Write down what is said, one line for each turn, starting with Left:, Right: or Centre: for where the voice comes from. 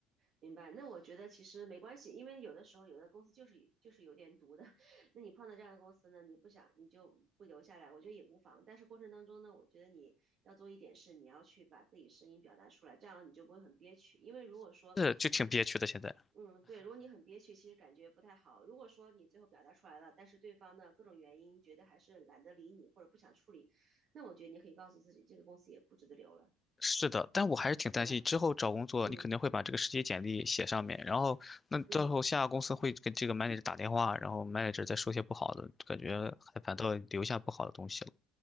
Right: 明白。那我觉得其实没关系，因为有的时候有的公司就是就是有点毒的。<laughs> 那你碰到这样的公司呢，你不想你就不留下来，我觉得也无妨。但是过程当中呢，我觉得你要做一点事，你要去把自己声音表达出来，这样你就不会很憋屈。因为如果说，
Left: 是就挺憋屈的。现在
Right: 嗯，对，如果你很憋屈，其实感觉不太好。如果说你最后表达出来了，但是对方呢各种原因觉得还是懒得理你或者不想处理，那我觉得你可以告诉自己，这个公司也不值得留了，
Left: 是的，但我还是挺担心之后找工作，
Right: 对吧？嗯
Left: 你肯定会把这个实习简历写上面，然后那到时候下个公司会给这个
Right: 嗯
Left: manager 打电话，然后 manager 再说些不好的，感觉还反倒留下不好的东西了。
Right: 嗯。